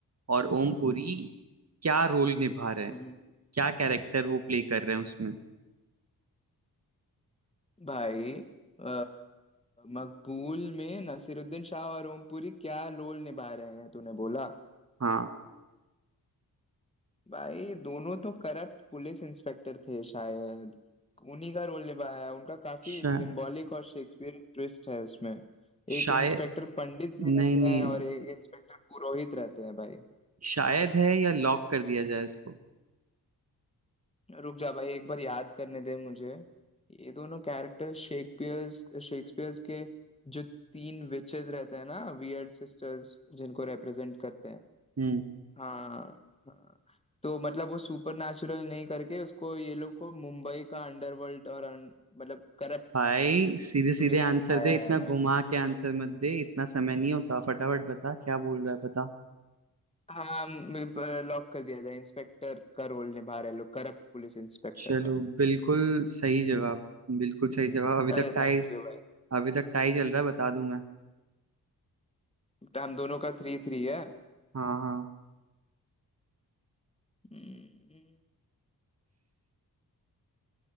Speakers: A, on the right; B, on the left.
A: और ओमपुरी क्या रोल निभा रहे हैं
B: हम्म,
A: क्या कैरेक्टर वो प्ले कर रहे हैं उसमें
B: भाई अ, मकबूल में नसीरुद्दीन शाह और ओम पुरी क्या रोल निभा रहे हैं तूने बोला
A: हाँ
B: भाई दोनों तो करप्ट पुलिस इंस्पेक्टर थे शायद उन्हीं का रोल निभाया है उनका काफी
A: शा,
B: सिंबॉलिक और शेक्सपियरियन ट्विस्ट है उसमें एक
A: शायद
B: इंस्पेक्टर पंडित जी
A: नहीं
B: रहते
A: नहीं
B: हैं और एक इंस्पेक्टर पुरोहित रहते हैं भाई
A: शायद है या लॉक कर दिया जाए इसको
B: रुक जा भाई एक बार याद करने दे मुझे ये दोनों कैरेक्टर शेक्सपियर शेक्सपियर्स के जो तीन विचेस रहते हैं ना वियर्ड सिस्टर्स जिनको रिप्रेजेंट करते हैं
A: हम्म
B: हाँ हाँ तो मतलब वो सुपर नेचुरल नहीं करके उसको ये लोग को मुंबई का अंडरवर्ल्ड और un- मतलब करप्ट
A: भाई सीधे सीधे
B: पुलिस
A: आंसर
B: दिखाया
A: दे इतना
B: है भाई
A: घुमा के आंसर मत दे इतना समय नहीं होता फटाफट बता क्या बोल रहा है बता
B: हाँ लॉक कर दिया जाए इंस्पेक्टर का रोल निभा रहे लोग करप्ट पुलिस इंस्पेक्टर
A: चलो
B: का
A: बिल्कुल सही जवाब बिल्कुल सही जवाब अभी तक
B: अरे
A: टाई
B: थैंक यू भाई
A: अभी तक टाई चल रहा है बता दूं मैं
B: हम दोनों का थ्री थ्री है
A: हाँ हाँ
B: हम्म,